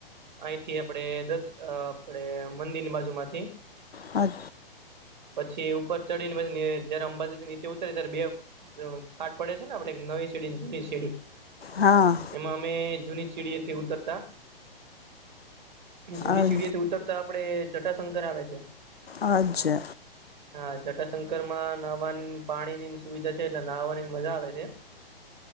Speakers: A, on the right; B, on the left.
A: અહીંથી આપણેે દત આપણેે મંદિરની બાજુ માંથી.
B: હ.
A: પછી ઉપર ચડી ને, પછીને જયારે અંબાજી થી નીચે ઉતરી ત્યારે બે ફાટ પડે છે ને, આપે નવી સીડી, જૂની સીડી.
B: હા.
A: એમાં અમે જૂની ચીડીથી ઉતરતા, જૂની
B: અજ
A: ચીડીથી ઉતરતા. આપડે જટાશંકર આવે છે.
B: આજે.
A: હા, જટાશંકર માં નહાવાની પાણી નીની સુવિધા છે, એટલે નહાવાની મજા આવે છે.